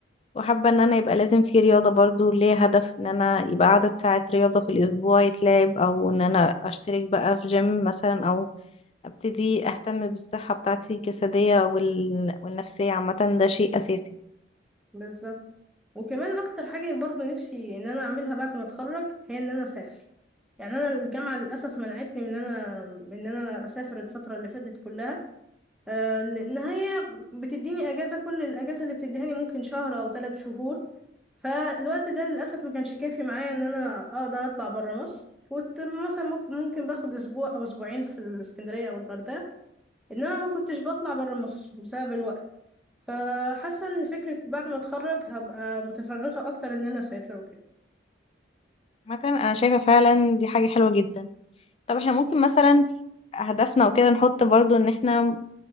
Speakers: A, on the left; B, in the centre.
A: وحابة ان انا يبقى لازم في رياضة برضو ليه هدف ان انا يبقى عدد ساعات رياضة في الاسبوع يتلعب او ان انا اشترك بقى في جيم مثلا او ابتدي اهتم بالصحة بتاعتي الجسدية وال... والنفسية عامة ده شيء اساسي
B: بالظبط وكمان اكتر حاجه برضو نفسي ان انا اعملها بعد ما اتخرج هي ان انا اسافر يعني انا الجامعه للاسف منعتني من ان انا من ان انا اسافر الفتره اللي فاتت كلها آه، لان هي بتديني اجازه كل الاجازه اللي بتديهاني ممكن شهر او ثلاث شهور فالوقت ده للاسف ما كانش كافي معايا ان انا اقدر اطلع بره مصر كنت مثلا ممكن ممكن باخد اسبوع او اسبوعين في الاسكندريه او الغردقه انما ما كنتش بطلع بره مصر بسبب الوقت فحاسه ان فكره بعد ما اتخرج هبقى متفرغه اكتر ان انا اسافر وكده
A: عامة انا شايفة فعلا دي حاجة حلوة جدا طب احنا ممكن مثلا اهدافنا وكده نحط برضو ان احنا